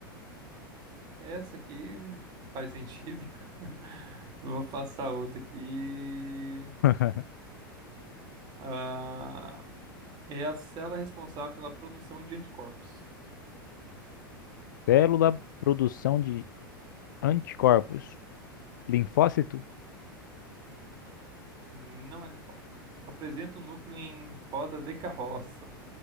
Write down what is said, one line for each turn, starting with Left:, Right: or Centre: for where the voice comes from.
Right: essa aqui não faz sentido. <laughs> Vou passar outra aqui.
Left: <laughs>
Right: Ah, é a célula responsável pela produção de anticorpos.
Left: Célula produção de anticorpos. Linfócito?
Right: Não é linfócito. Apresenta o núcleo em roda de carroça.